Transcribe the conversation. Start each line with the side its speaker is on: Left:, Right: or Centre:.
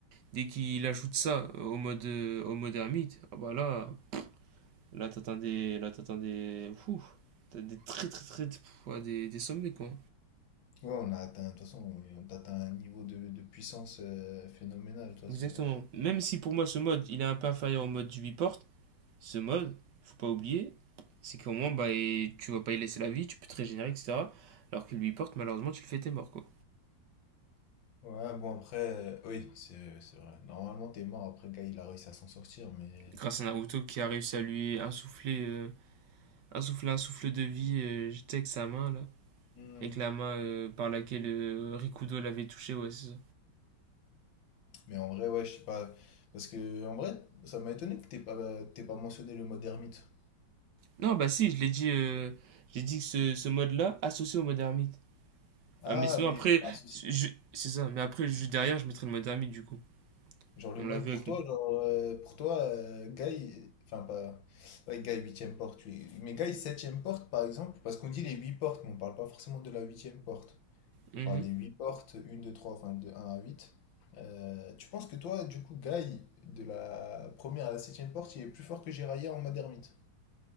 Right: dès qu'il ajoute ça au mode, euh, au mode ermite, ah bah là, là t'attends des, là t'attends des, fou, t'as des très très très, pff, ouais, des, des sommets quoi.
Left: Ouais, on a atteint, de toute façon, on a atteint un niveau de, de puissance euh, phénoménal, de toute
Right: Exactement.
Left: façon. Et, euh,
Right: Même si pour moi ce mode il est un peu inférieur au mode du biport, ce mode, faut pas oublier, c'est qu'au moins bah, et tu vas pas y laisser la vie, tu peux te régénérer, etc. Alors que le biport, malheureusement, tu le fais t'es mort quoi.
Left: Ouais, bon, après, euh, oui, c'est c'est vrai. Normalement, t'es mort après Guy, il a réussi à s'en sortir, mais...
Right: Grâce à Naruto qui a réussi à lui insuffler euh, insouffler un souffle de vie, euh, j'étais avec sa main là.
Left: Hmm.
Right: Avec la main euh, par laquelle euh, Rikudo l'avait touché, ouais, c'est ça.
Left: Mais en vrai, ouais, je sais pas. Parce que, en vrai, ça m'a étonné que t'aies pas, t'aies pas mentionné le mode ermite.
Right: Non, bah si, je l'ai dit, euh, j'ai dit que ce, ce mode-là associé au mode ermite.
Left: Ah
Right: Ah, mais sinon
Left: oui,
Right: après,
Left: ah, si, si.
Right: je- c'est ça, mais après, juste derrière, je mettrai le mode ermite du coup.
Left: Genre le
Right: On
Left: mode
Right: l'a vu
Left: pour
Right: avec
Left: toi, genre, euh, pour toi, euh, Guy, enfin pas. Ouais, Guy, huitième porte, oui. Mais Guy, septième porte, par exemple, parce qu'on dit les 8 portes, mais on parle pas forcément de la huitième porte.
Right: Mhm.
Left: On parle des 8 portes, une 2 3 enfin de 1 à huit Euh, tu penses que toi, du coup, Guy, de la première à la septième porte, il est plus fort que Jiraiya en mode ermite?